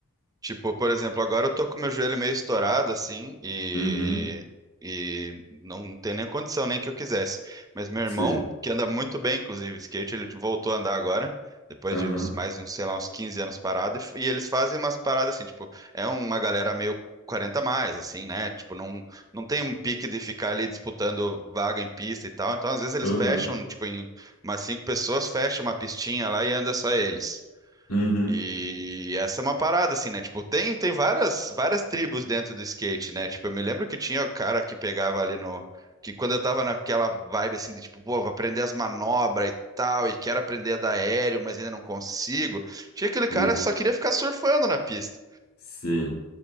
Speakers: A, on the right (about 15°); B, on the left (about 80°).
A: Tipo, por exemplo, agora eu tô com meu joelho meio estourado, assim, e,
B: Uhum,
A: e não tem nem condição, nem que eu quisesse. Mas meu irmão,
B: sim.
A: que anda muito bem, inclusive, de skate, ele voltou a andar agora, depois
B: Aham,
A: de uns, mais, uns, sei lá, uns 15 anos parado, e, f- e eles fazem umas paradas assim, tipo, é uma galera meio 40 a mais, assim, né? Tipo, não, não tem um pique de ficar ali disputando vaga em pista e tal. Então, às vezes, eles
B: aham,
A: fecham, tipo, em umas cinco pessoas, fecha uma pistinha lá e anda só eles.
B: uhum, uhum.
A: E essa é uma parada, assim, né? Tipo, tem, tem várias, várias tribos dentro do skate, né? Tipo, eu me lembro que tinha o cara que pegava ali no. Que quando eu tava naquela vibe, assim, de tipo, pô, vou aprender as manobras e tal, e quero aprender a dar aéreo, mas ainda não consigo. Tinha aquele cara
B: E,
A: que só queria ficar surfando na pista.
B: Sim,